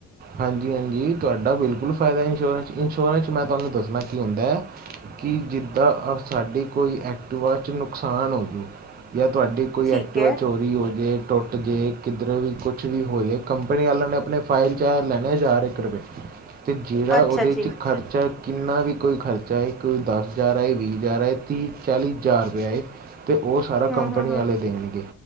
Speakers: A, on the right; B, in the centre.
A: ਹਾਂਜੀ ਹਾਂਜੀ ਤੁਹਾਡਾ ਬਿਲਕੁਲ ਫਾਇਦਾ ਇੰਸ਼ੋਰੈਂਸ, ਇੰਸ਼ੋਰੈਂਸ ਮੈਂ ਤੁਹਾਨੂੰ ਦੱਸਣਾ ਕੀ ਹੁੰਦਾ ਹੈ ਕੀ ਜਿੱਦਾਂ ਸਾਡੇ ਕੋਈ ਐਕਟੀਵਾ ਚ ਨੁਕਸ ਨੁਕਸਾਨ ਹੋਜੂ ਜਾਂ ਤੁਹਾਡੀ ਕੋਈ
B: ਠੀਕ
A: ਐਕਟਿਵਾ
B: ਹੈ
A: ਚੋਰੀ ਹੋ ਜਾਏ ਟੁੱਟ ਜੇ ਕਿੱਧਰ ਵੀ ਕੁਛ ਵੀ ਹੋ ਜਾੇ ਕੰਪਨੀ ਵਾਲਿਆਂ ਨੇ ਆਪਣੇ ਫਾਈਲ ਤਾਂ ਲੈਣਾ ਹਜ਼ਾਰ ਇੱਕ ਰੁਪਏ ਅਤੇ ਜਿਹੜਾ
B: ਅੱਛਾ
A: ਉਹਦੇ
B: ਜੀ
A: 'ਚ ਖਰਚਾ ਕਿੰਨਾ ਵੀ ਕੋਈ ਖਰਚਾ ਹੈ ਕੋਈ ਦਸ ਹਜ਼ਾਰਏ ਵੀਹ ਹਜ਼ਾਰ ਆਏ ਤੀਹ ਚਾਲੀ ਹਜ਼ਾਰ ਰੁਪਇਆ ਆਏ ਅਤੇ ਉਹ ਸਾਰਾ
B: ਹਮ
A: ਕੰਪਨੀ
B: ਹਮ ਹਮ
A: ਵਾਲੇ ਦੇਣਗੇ